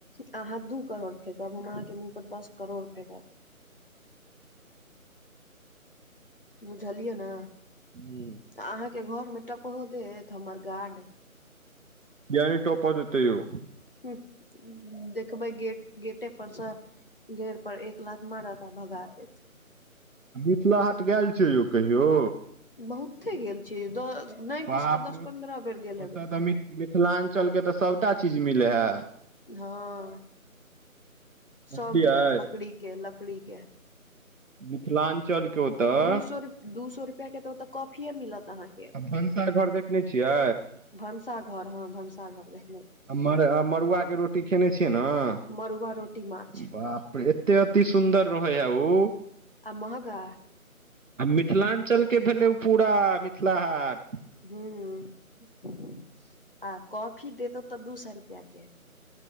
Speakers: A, on the left; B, on the right.
A: आहाँ दू करोड़ फेकब हम अहाँके मुँह पर दस करोड़ फेकब, बुझलियै न।
B: हु।
A: आहाँके घर मे टपहो देत हमर गार्ड,
B: किया नैय टपअ देतै यौ,
A: हूं देखबै गेट गेटे परसँ, देड़ पर एक लात मारत आ भगा देत।
B: मिथिला हाट गेल छैय यौ कहियौ
A: बहुते गेल छीयै दस
B: बाप रे
A: पन्द्रह बेर गेल हेबै
B: ओतऽ तऽ मि मिथिलाञ्चलके तऽ सभटा चीज मिलै है
A: हँ। सब
B: बुझलियै
A: मिलत लकड़ी के लकड़ी के
B: मिथिलाञ्चल के ओतऽ
A: दू सौ दू सौ रुपिआ के त ओत कॉफीए मिलत। अहाँके
B: आ भनसा घर देखने छियै?
A: भनसाघर हँ भनसाघर देखने
B: आ मर आ मड़ुआके रोटी खेने छियै न
A: मड़ुआ
B: <inaudible>
A: रोटी माछ
B: बाप रे एते अति सुन्दर रहै हा उ
A: आ महंगा?
B: आ मिथिल़चलके भेलै उ पूरा मिथिला हाट।
A: हुं <inaudible> आ कॉफी देत ओत दू सा रुपआके।